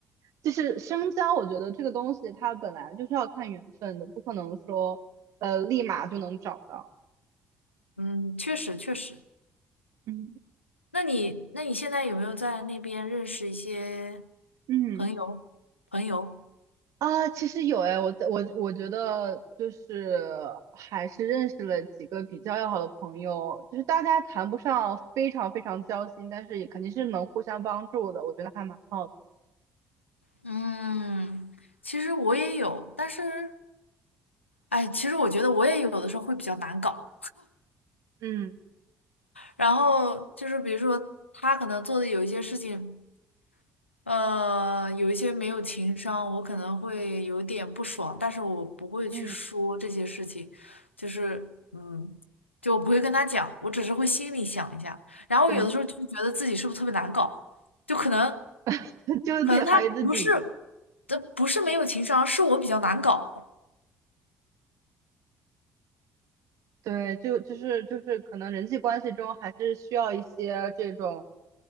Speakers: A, on the right (about 55°); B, on the left (about 90°).
A: 就是深交，我觉得这个东西它本来就是要看缘分的，不可能说呃立马就能找到。
B: 嗯，确实确实。
A: 嗯
B: 那你那你现在有没有在那边认识一些
A: 嗯
B: 朋友朋友？
A: 啊，其实有哎，我在我我觉得就是还是认识了几个比较要好的朋友，就是大家谈不上非常非常交心，但是也肯定是能互相帮助的，我觉得还蛮好的。
B: 嗯，其实我也有，但是哎，其实我觉得我也有的时候会比较难搞。
A: 嗯
B: 然后就是比如说他可能做的有一些事情，呃，有一些没有情商，我可能会有点不爽，但是我不会去说这些事情，
A: 嗯，
B: 就是嗯，就我不会跟他讲，我只是会心里想一下，然后有的时候就觉得自己是不是特别难搞，
A: 对，
B: 就可能
A: <laughs> 就是自己怀疑自己。
B: 可能他不是，这不是没有情商，是我比较难搞。
A: 对，就就是就是可能人际关系中还是需要一些这种